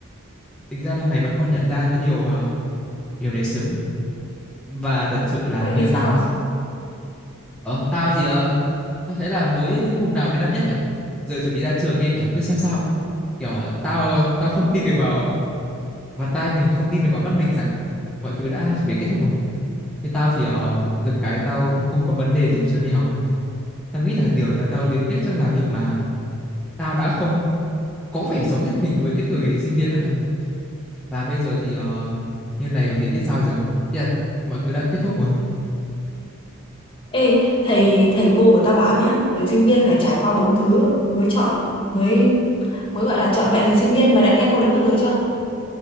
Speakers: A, in the centre; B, on the left.
A: Tính ra là mày vẫn còn nhận ra cái điều à, điều đấy sớm. ấy. Và thật sự là
B: Mày
A: như
B: nghĩ
A: tao
B: sao?
A: Ờ, tao thì ờ, tao thấy là mới hôm nào mới năm nhất nhỉ? Giờ chuẩn bị ra trường nghe kiểu cứ sao sao ấy. Kiểu ờ, tao tao không tin được vào vào tai mình, không tin được vào mắt mình rằng ờ, mọi thứ đã chuẩn bị kết thúc rồi. Nhưng tao thì ờ, được cái tao cũng không có vấn đề gì về chuyện đi học. Tao nghĩ là điều tao tao luyến tiếc chắc là việc mà tao đã không có vẻ sống hết mình với cái thời sinh viên đó mày. Và bây giờ thì ờ, như này rồi thì biết sao giờ. Ý là mọi thứ đã kết thúc rồi.
B: Ê, thầy thầy cô của tao bảo nhá, thời sinh viên phải trải qua bốn thứ mới chọn mới mới gọi là trọn vẹn thời sinh viên. Mày đã nghe câu đấy bao giờ chưa?